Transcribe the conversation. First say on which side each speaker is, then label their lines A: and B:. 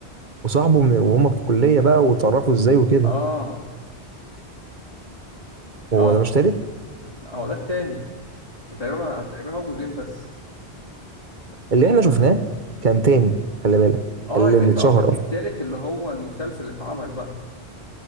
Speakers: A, on the right (about 45°); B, on the left (about 35°).
A: وصاحبه من... وهم في الكليه بقى واتعرفوا ازاي وكده
B: اه اه
A: هو ده مش تالت
B: لا، هو ده التاني تقريبا تقريبا هو جزئين بس
A: اللي احنا شفناه كان تاني خلي بالك
B: اه
A: اللي
B: يبقى
A: اللي
B: انت
A: اتشهر
B: قصدك
A: اصلا
B: التالت اللي هو المسلسل اللي اتعمل بقى